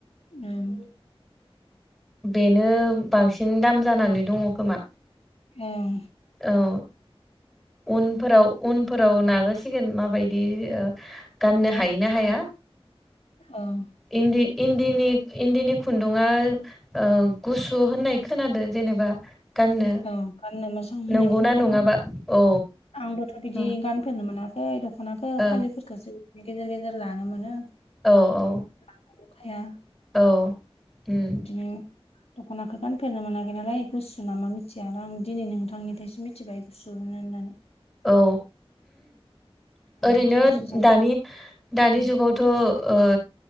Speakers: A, on the left (about 80°); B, in the centre.
A: उम।
B: बेनो बांसिन दाम जानानै दङ खोमा
A: ओं
B: औ। उनफोराव उनफोराव नाजासिगोन माबायदि गाननो
A: अ
B: हायो ना हाया।
A: ओं
B: इन्दि इन्दिनि इन्दिनि खुन्दुंआ ओ गुसु होननाय खोनादो जेनेबा गाननो।
A: औ गाननो मोजां होननाय
B: नंगौना
A: खोनादोंमोन
B: नङाबा औ
A: आंबोथ' बिदि
B: ओ
A: गानफेरनो मोना खै दख'नाखौ
B: औ
A: फालिफोरखौसो बिदिनो गेजेर गेजेर लानो मोनो।
B: औ औ।
A: <unintelligible>
B: औ। उम
A: बिदिनो दखानाखौ गानफेरनो मोनाखै नालाय गुसु नामा मिथिया आं दिनै नोंथांनिफ्रायसो मिथिबाय। गुसु होनो होननानै।
B: औ
A: उम
B: ओरैनो
A: गुसु जायो
B: दानि दानि
A: आरो
B: जुगावथ' ओ